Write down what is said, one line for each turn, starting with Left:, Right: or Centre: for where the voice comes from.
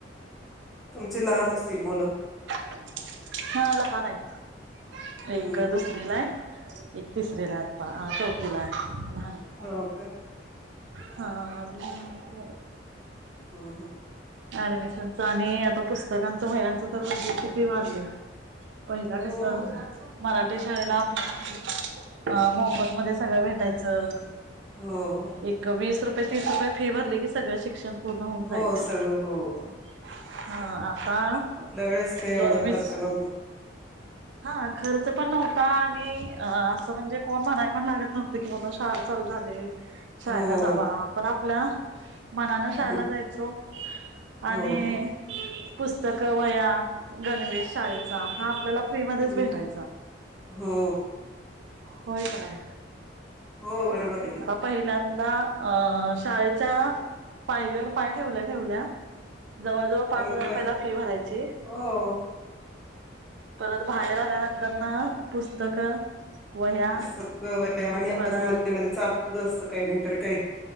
Centre: तुमचे लहान असतील मुलं?
Right: हा, लहान आहेत,
Centre: हम्म
Right: एकादस गेलाय, एक तिसरीला हाय आता, चौथीला हाय, लहान आहे.
Centre: हो का?
Right: हा, अजून <unintelligible>
Centre: हम्म हम्म.
Right: ऍडमिशनच आणि, आता पुस्तकांचा, वहयांच, तर <unintelligible> किती वाढलय. पहिला
Centre: हो
Right: कस, मराठी शाळेला आपल्या मोफत मध्ये सगळं भेटायचं.
Centre: हो हो.
Right: एक वीस रुपये, तीस रुपये, फी भरली की सगळं शिक्षण पूर्ण होऊन
Centre: हो
Right: जायचं.
Centre: सगळं हो हो.
Right: हा, आता
Centre: आपल्या वेळेस काही एवढं
Right: दोवीस
Centre: खर्च नव्हतं.
Right: हा, खर्च पण नव्हता, आणि असं म्हणजे, कोण म्हणाय पण लागत नव्हत, की बाबा शाळा चालू झाले, शाळेला
Centre: हो
Right: जावा, पण आपल्या मनान
Centre: हम्म,
Right: शाळेला जायचो,
Centre: हो
Right: आणि
Centre: हो
Right: पुस्तक, वहया, गणवेश शाळेचा, हा आपल्याला फ्रीमध्येच
Centre: हम्म,
Right: भेटायचा.
Centre: हो.
Right: होय क नाय?
Centre: हो, बरोबर आहे ना.
Right: पहिल्यांदा, अ शाळेच्या, पायरीवर पाय ठेवल्या ठेवल्या जवळ-जवळ,
Centre: प
Right: पाच हजार
Centre: प-
Right: पहिला फी भरायची
Centre: हो.
Right: परत बाहेर आल्यानंतरन, पुस्तकं वह्या
Centre: पुस्तक, वह्या,
Right: परत
Centre: मध्ये मध्ये चालू असत काही नाही तर काही.